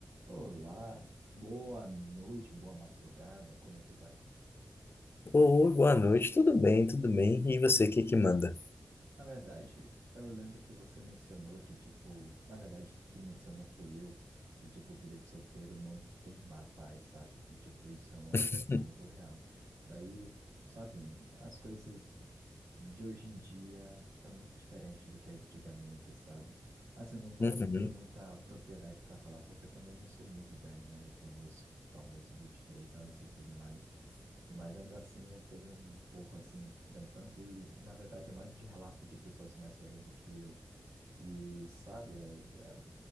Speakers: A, on the right; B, on the left.
A: Olá, boa noite, boa madrugada, como é que vai?
B: Oi, boa noite, tudo bem, tudo bem. E você, o que que manda?
A: Na verdade, eu lembro que você mencionou que, tipo, na verdade, quem mencionou fui eu, que, tipo, vida de solteiro não tem má paz, sabe? E, tipo, isso é um aspecto
B: <laughs>
A: muito real. Daí, sabe, as coisas de hoje em dia tá muito diferente do que é antigamente, sabe? Assim, eu não tô,
B: Uhum.
A: tenho muita propriedade para falar, porque eu também não sou muito velho, né? Eu tenho meus famosos 23 anos e tudo mais. Mas ainda assim eu peguei um pouco assim da infância e na verdade é mais de relato de pessoas mais velhas do que eu. E sabe, a, a-